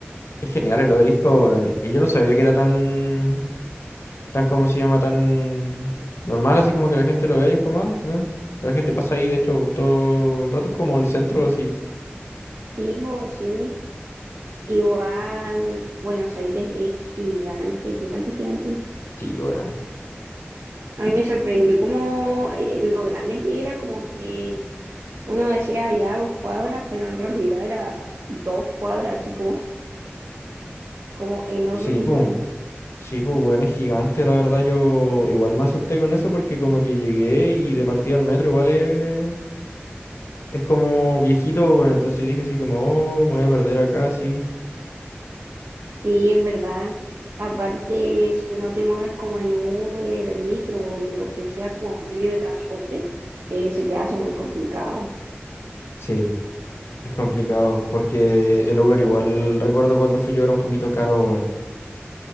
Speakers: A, on the left (about 80°); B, on the right (about 80°).
A: Es genial el obelisco, weón. Y yo no sabía que era tan... tan como se llama, tan normal, así como que la gente lo ve y es como, ah, meh. La gente pasa ahí, de hecho, todo el rato es como el centro, así.
B: Sí, po, sí. Igual Buenos Aires es gigante, gigante, gigante.
A: Sí, weón.
B: A mí me sorprendió como eh, lo grande que era, como que uno decía ya dos cuadras, pero en realidad era dos cuadras, así como, como enormes,
A: Sí,
B: enormes.
A: pum. Sí, pues, weón, es gigante, la verdad. Yo igual me asusté con eso porque como que llegué y de partida al metro igual es, es como viejito, bueno, entonces dije así como, oh, me voy a perder acá, sí.
B: Sí, es verdad. Aparte, si no te mueves como en Uber, en micro o en lo que sea como medio de transporte, eh, se te hace muy complicado.
A: Sí, es complicado porque el Uber igual, recuerdo cuando fui yo era un poquito caro, weón.